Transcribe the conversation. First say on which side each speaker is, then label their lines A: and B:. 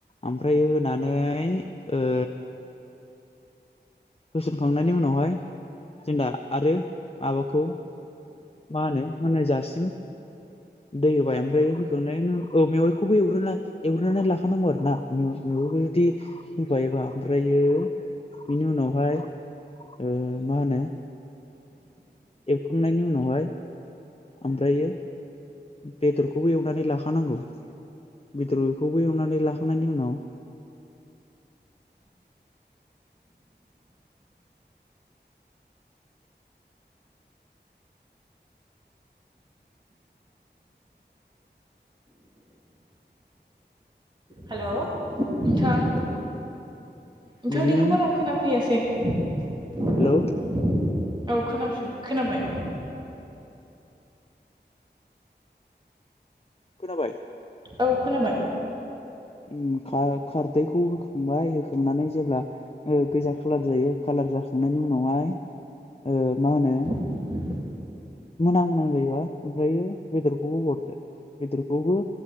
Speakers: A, on the left; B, on the right.
A: ओमफ्राय होनानै ओ होसनखांनायनि उनाव हाय जों दा आरो माबाखौ मा होनो मोनहोजासिम दै होबाय आमफ्राय होखांनायनि औ मेवाइखौबो एवग्रोना एवग्रोननानै लाखानांगौ आरो ना मेव मेवाखो जुदि होफायोबा ओमफ्रायो बिनि उनावहाय ओ मा होनो एवखांनायनि उनावहाय ओमफ्रायो बेदरखौबो एवनानै लाखानांगौ बेदरखौबो एवनानै लाखांनायनि उनाव
B: हेलौ नोंथां नोंथांनिखौ
A: बिदिनो
B: बारा खोनाफैयासै औ
A: हेलौ
B: खोनाफु खोनाबाय
A: खोनाबाय
B: औ खोनाबाय।
A: उम खा-खारदैखौ होखांबाय होखांनानै जेब्ला ओ गोजा खालार जायो खालार जाखांनायनि उनाव हाय ओ मा होनो
B: <inaudible>
A: मोनां मोनां जायोबा ओमफ्रायो बेदरखौबो हरदो बेदरखौबो